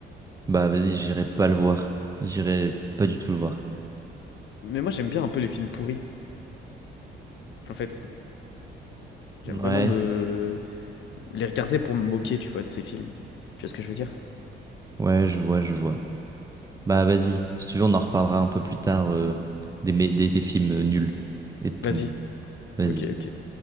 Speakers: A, on the right (about 15°); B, on the left (about 70°).
A: Bah vas-y, j'irai pas le voir. J'irai pas du tout le voir.
B: <laughs> Mais moi, j'aime bien un peu les films pourris, en fait. J'aime
A: Ouais,
B: vraiment me... les regarder pour me moquer, tu vois, de ces films. Tu vois ce que je veux dire?
A: ouais, je vois, je vois. Bah vas-y, si tu veux, on en reparlera un peu plus tard euh, des, mé- des, des films euh, nuls. Et de ton...
B: Vas-y,
A: Vas-y.
B: ok, ok.